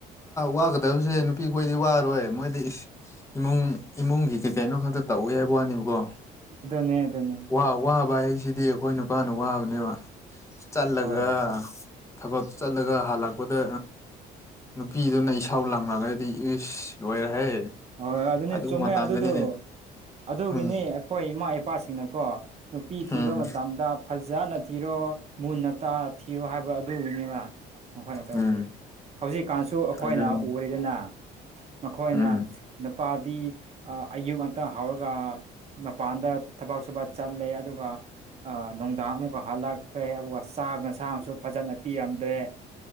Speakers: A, on the left; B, on the right.
A: ꯋꯥꯒꯗꯕꯁꯦ ꯅꯨꯄꯤꯈꯣꯏꯗꯤ ꯋꯥꯔꯣꯏ ꯃꯣꯏꯗꯤ ꯏꯃꯨꯡ ꯏꯃꯨꯡꯒꯤ ꯀꯩ ꯀꯩꯅꯣ ꯈꯛꯇ ꯇ ꯎꯋ ꯌꯥꯥꯏ ꯄꯅꯤꯕꯀꯣ
B: ꯑꯗꯨꯅꯦ ꯑꯗꯨꯅꯦ
A: ꯋꯥ ꯋꯥꯕ ꯍꯥꯏꯁꯤꯗꯤ ꯑꯩꯈꯣꯏ ꯅꯨꯄꯥꯅ ꯋꯥꯕꯅꯦꯕ ꯆꯠꯂꯒ
B: ꯍꯣꯏ
A: ꯊꯕꯛ ꯆꯠꯂꯒ ꯍꯜꯂꯛꯄꯗ ꯅꯨꯄꯤꯗꯨꯅ ꯏꯁꯥꯎ ꯂꯥꯡꯉꯒꯗꯤ ꯏꯁ ꯂꯣꯏꯔꯍꯦ
B: ꯍ ꯑꯗꯨꯅꯦ
A: ꯑꯗꯨ
B: ꯆꯨꯝꯃꯦ
A: ꯃꯇꯝꯗꯅꯤꯅꯦ
B: ꯑꯗꯨꯗꯨ ꯑꯗꯨꯒꯤꯅꯤ
A: ꯎꯝ
B: ꯑꯩꯈꯣꯏ ꯏꯃꯥ ꯏꯄꯥꯁꯤꯡꯅꯀꯣ ꯅꯨꯄꯤ ꯊꯤꯕ
A: ꯎꯝ
B: ꯃꯇꯝꯗ ꯐꯖꯅ ꯊꯤꯔꯣ ꯃꯨꯟꯅ ꯇ ꯊꯤꯔꯣ ꯍꯥꯏꯕ ꯑꯗꯨꯒꯤꯅꯤꯅ ꯃꯈꯣꯏꯅ ꯇꯧꯁꯤ
A: ꯎꯝ
B: ꯍꯧꯖꯤꯛꯀꯥꯟꯁꯨ ꯑꯩꯈꯣꯏꯅ
A: ꯑꯗꯨꯅꯤ
B: ꯎꯔꯤꯗꯅ ꯃꯈꯣꯏꯅ
A: ꯎꯝ
B: ꯅꯨꯄꯥꯗꯤ ꯑꯌꯨꯛ ꯉꯇ ꯍꯧꯔꯒ ꯃꯄꯥꯟꯗ ꯊꯕꯛ ꯁꯨꯕ ꯆꯠꯂꯦ ꯑꯗꯨꯒ ꯅꯨꯡꯗꯥꯡ ꯑꯃꯨꯛꯀ ꯍꯜꯂꯛꯈ꯭ꯔꯦ ꯑꯗꯨꯒ ꯆꯥ ꯉꯁꯥꯡꯁꯨ ꯐꯖꯅ ꯄꯤꯔꯝꯗ꯭ꯔꯦ